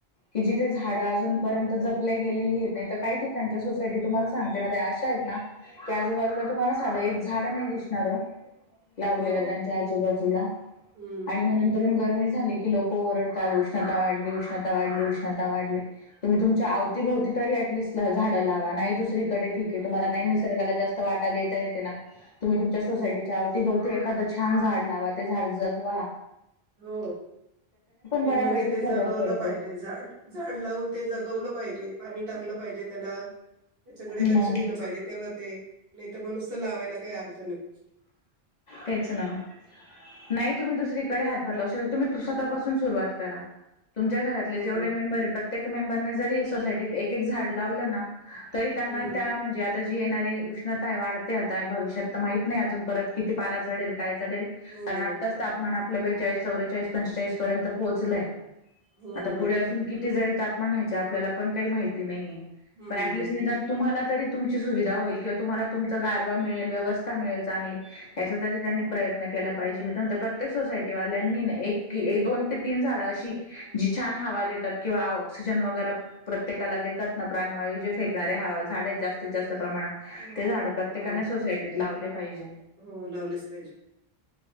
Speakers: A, on the left; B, on the right.
A: कि जिथे झाड अजूनपर्यंत जपल्या गेलेली नाही तर काही ठिकाणच्या सोसायटी तुम्हाला सांगते ना अशा आहेत ना की आजूबाजूला तुम्हाला साध एक झाड नाही दिसणार ओ लावलेला
B: हो.
A: त्यांच्या आजूबाजूला
B: हं.
A: आणि मं नंतर कमी झाले की लोक ओरडतात उष्णता वाढली उष्णता वाढली उष्णता वाढली तुम्ही तुमच्या अवतीभवती तरी ऍटलिस्ट झाडे लावा ठीक आहे तुम्हाला
B: हां.
A: नाही निसर्गाला जास् स् वाटा देता येते ना तुम्ही तुमच्या सोसाटीच्यावती
B: हं.
A: ते एखादं छान झाड लावा ते झाड जग वा
B: हो मेन
A: बऱ्यापैकी
B: म्हणजे ते जगवलं
A: फरक पडतो
B: पाहिजे झाड झाड लावून ते जगवलं पाहिजे पाणी टाकलं पाहिजे त्याला त्याच्याकडे लक्ष
A: नाही
B: दिलं पाहिजे तेव्हा ते नाही तर मग नुसतं लावायला काही अर्थ नाही
A: तेच ना नाही तुम्ही दुसरीकडे हातभर लावू शकता तुम्ही स्वतःपासून सुरुवात करा तुमच्या घरातले
B: हो.
A: जेवढे मेंबर प्रत्येक मेंबरने जरी सोसायटीत एक एक झाड लावलं ना तरी त्यांना
B: हं.
A: त्या म्हणजे आता येणारी उष्णता आहे वाढ भविष्यात माहत नाही अजून परत किती पारा चढल यल
B: हो,
A: कारण आताच
B: हो.
A: तापमान आपल्या चाळीस चौवेेचाळीस पंचेचाळीस पर्यंत पोहोचलाय
B: हो,
A: आता
B: बरोबर
A: पुढे असून
B: आहे.
A: किती जाईल तर म्हणा यायच्या आपल्याला पण काही माहिती नाहीये
B: हं,
A: पण आ
B: हं.
A: निदान तुम्ह तरी तुमची सुविधा होईल किंवा तुम्हाला तुमचा गारवा मिळेल व्यवस्था मिळेल चांगली याचा तरी त्यांनी प्रयत्न केला पाहिजे मी तर म्हणते प्रत्येक सोसायटी वाल्यांनी एक दोन ते तीन झाडा अशी जी छान हवा देतात किंवा ऑक्सिजन वगैर प्रत्येकाला देतात ना प्राणवायू जे फेकणार्या हा झाडं आहेत जास्तीत जास्त च प्रमाणात
B: हो,
A: ते झाड प्रत्येकाने
B: हो.
A: सोसायटीत लावले पाहिजे.
B: हो लावलेच पाहिजे